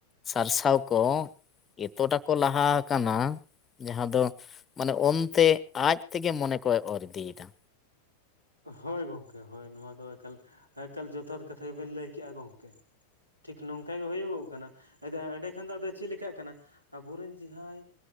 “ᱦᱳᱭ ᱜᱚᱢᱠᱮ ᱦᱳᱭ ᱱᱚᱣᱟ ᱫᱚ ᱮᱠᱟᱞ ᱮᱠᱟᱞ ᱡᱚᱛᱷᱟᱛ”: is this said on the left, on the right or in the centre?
Right